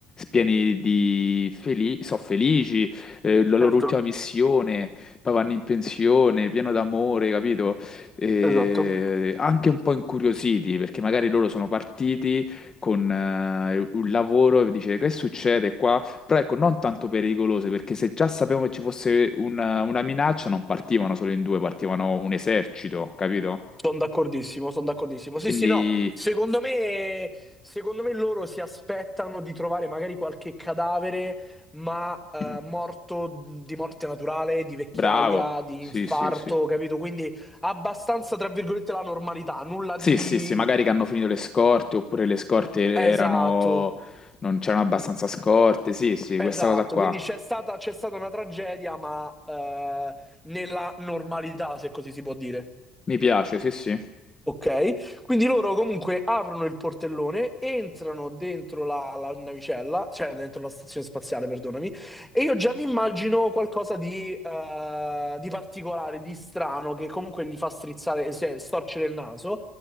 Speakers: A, on the left; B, in the centre.
A: pieni di felici, sono felici, eh, la loro
B: Certo,
A: ultima missione, poi vanno in pensione, pieno d'amore, capito? Eh,
B: esatto.
A: anche un po' incuriositi, perché magari loro sono partiti con eh, un lavoro e dice che succede qua? Però ecco, non tanto pericolose, perché se già sapevano che ci fosse una, una minaccia, non partivano solo in due, partivano un esercito, capito?
B: Sono d'accordissimo, sono d'accordissimo. Sì,
A: Quindi,
B: sì, no. Secondo me, secondo me loro si aspettano di trovare magari qualche cadavere, ma eh,
A: <clears throat>
B: morto di morte naturale, di vecchiaia,
A: bravo,
B: di
A: sì,
B: infarto,
A: sì, sì.
B: capito? Quindi abbastanza, tra virgolette, la normalità, nulla
A: Sì,
B: di
A: sì, sì, magari che hanno finito le scorte oppure le scorte
B: Esatto,
A: erano... non c'erano abbastanza scorte. Sì, sì,
B: esatto.
A: questa cosa qua.
B: Quindi c'è stata, c'è stata una tragedia, ma eh, nella normalità, se così si può dire.
A: Mi piace, sì, sì.
B: Ok, quindi loro comunque aprono il portellone, entrano dentro la, la navicella, cioè dentro la stazione spaziale, perdonami, e io già mi immagino qualcosa di, eh, di particolare, di strano, che comunque gli fa strizzare, cioè, storcere il naso.